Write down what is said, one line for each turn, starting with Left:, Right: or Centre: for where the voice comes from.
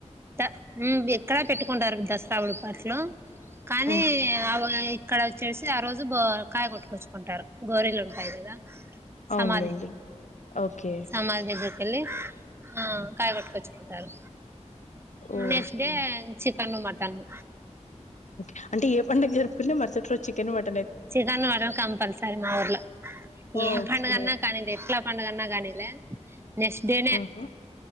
Right: ద ఊ ఎక్కడా పెట్టుకుంటారు దసరపుడు బట్టలు కానీ
Left: హ్మ్.
Right: అవ ఇక్కడ వచ్చేసి చి ఆ రోజు బొ కాయ కొట్టుకొచ్చుకుంటారు గోరీలు ఉంటాయి కదా
Left: అవునులెండి.
Right: సమాధి
Left: ఓకే.
Right: సమాధి దగ్గరికెళ్లి ఆ కాయ కొట్టుకొచ్చుకుంటారు
Left: ఓకే.
Right: నెక్స్ట్ డే చి చికను మటను
Left: కే అంటే ఏ పండుగ జరుపుకున్న మరుసటి రోజు చికెన్ మటను
Right: చికన్ మాత్రం కంపల్సరీ మా ఊర్లో ఏం
Left: ఓకే.
Right: పండగన్నా కాని ఎట్లా పండుగన్నా కానీలే నెక్స్ట్డేడేనే
Left: ఆహా!